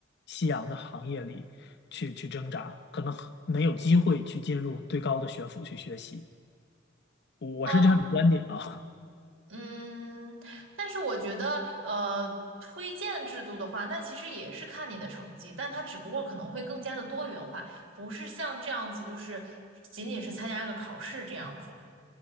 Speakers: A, on the left; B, on the right.
A: 夕阳的行业里去去挣扎，可能很没有机会去进入最高的学府去学习。我我是这样的观点啊。
B: 嗯嗯，但是我觉得，呃，推荐制度的话，那其实也是看你的成绩，但它只不过可能会更加的多元化，不是像这样子，就是仅仅是参加个考试这样子。